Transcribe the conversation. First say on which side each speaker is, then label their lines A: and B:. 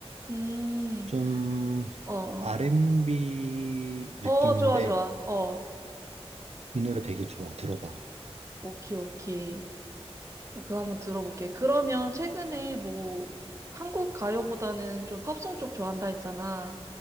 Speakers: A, on the right; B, on the right.
A: 음,
B: 좀
A: 어, 어,
B: R&B 느낌인데
A: 어, 좋아, 좋아. 어,
B: 이 노래 되게 좋아. 들어봐.
A: 오키, 오키. 그거 한번 들어볼게. 그러면 최근에 뭐, 한국 가요보다는 좀 팝송 쪽 좋아한다 했잖아.